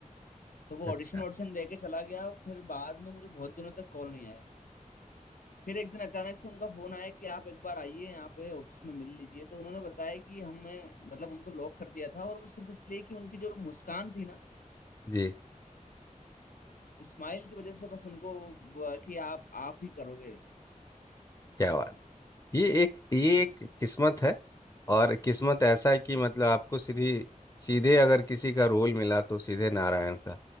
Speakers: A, on the left; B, on the left.
A: तो वो ऑडिशन
B: अच्छा
A: ऑडिशन दे के चला गया फिर बाद में मुझे बहुत दिनों तक कॉल नहीं आया फिर एक दिन अचानक से उनका फोन आया कि आप एक बार आइए यहाँ पे ऑफिस में मिल लीजिए तो उन्होंने बताया कि हमें मतलब उनको लॉक कर दिया था और वो सिर्फ इसलिए कि उनकी जो मुस्कान थी ना
B: जी
A: स्माइल की वजह से बस उनको वो कि आप आप ही करोगे
B: क्या बात ये एक ये एक किस्मत है और किस्मत ऐसा है कि मतलब आपको सीधी सीधे अगर किसी का रोल मिला तो सीधे नारायण का